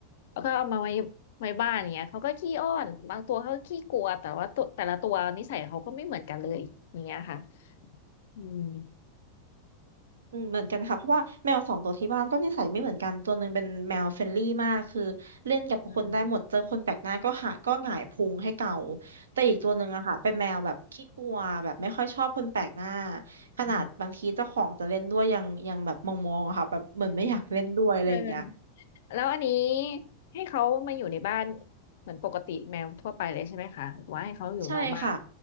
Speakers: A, on the left (about 65°); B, on the right (about 75°).
A: แล้วก็เอามาไว้ไว้บ้านอย่างเงี้ยเขาก็ขี้อ้อนบางตัวเขาก็ขี้กลัวแต่ว่าตัวแต่ละตัวนิสัยเขาก็ไม่เหมือนกันเลยอย่างเงี้ยค่ะอืม
B: อืมเหมือนกันค่ะเพราะว่าแมวสองตัวที่บ้านก็นิสัยไม่เหมือนกันตัวหนึ่งเป็นแมวเฟรนลี่มากคือเล่นกับคนได้หมดเจอคนแปลกหน้าก็หาก็หงายพุงให้เก่า
A: อืม
B: แต่อีกตัวหนึ่งอะค่ะเป็นแมวแบบขี้กลัวแบบไม่ค่อยชอบคนแปลกหน้าขนาดบางทีเจ้าของจะเล่นด้วยยังยังแบบมองๆอะค่ะแบบเหมือนไม่อยากเล่นด้วยอะไรอย่างเงี้ย
A: อืมเออแล้วอันนี้ให้เขามาอยู่ในบ้านเหมือนปกติแมวทั่วไปเลยใใช่ไหมคะหรือว่าให้เขาอยู่นอกบ้าน
B: ใช่ค่ะ